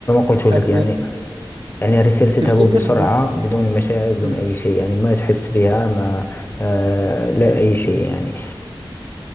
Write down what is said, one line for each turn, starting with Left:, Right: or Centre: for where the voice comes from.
Left: قلت لك
Right: أب...
Left: يعني يعني الرسالة تذهب
Right: تفتكر
Left: بسرعة بدون مشاعر بدون
Right: مم.
Left: أي شيء يعني ما تحس بها ما آه لا أي شيء
Right: مم.
Left: يعني